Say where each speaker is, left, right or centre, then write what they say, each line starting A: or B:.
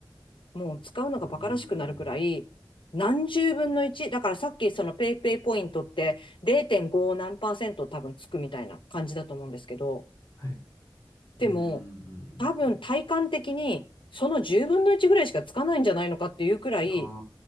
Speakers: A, on the left (about 70°); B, on the left (about 35°).
A: もう使うのが馬鹿らしくなるくらい、
B: うーん、
A: 何十分の1。だからさっきそのペイペイポイントって0.5何パーセント多分つくみたいな感じだと思うんですけど、
B: はい。う
A: でも
B: ーん。
A: 多分体感的にその10分の1ぐらいしかつかないんじゃないのかっていうくらい、
B: あ